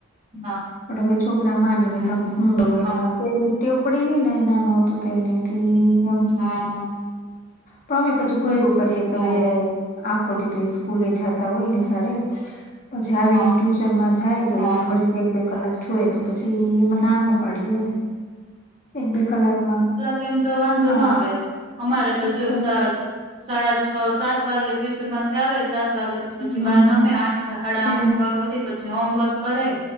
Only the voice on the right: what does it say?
હા
હમ
હા
હા
ઓહ
હા
હા
કેમ તો વાંધો
ના આવે અમારે તો
જો સા
સાડા છ સાત વાગે ટ્યુશન માંથી આવે સાત સાત વાગ્યા થી
પછી બાર રમે આઠ સાડા
આઠ વાગ્યા હતી પછી હોમવર્ક કરે